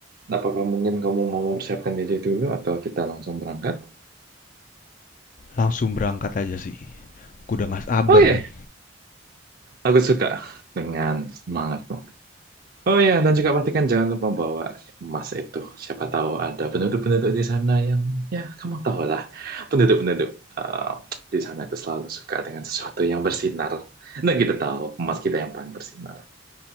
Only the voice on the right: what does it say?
apakah mungkin kamu mau mempersiapkan diri dulu atau kita langsung berangkat?
Oke,
aku suka dengan semangatmu. Oh ya, dan juga pastikan jangan lupa bawa emas itu. Siapa tahu ada penduduk-penduduk di sana yang, ya kamu tahu lah, penduduk-penduduk eh, di sana itu selalu suka dengan sesuatu yang bersinar. Dan kita tahu emas kita yang paling bersinar.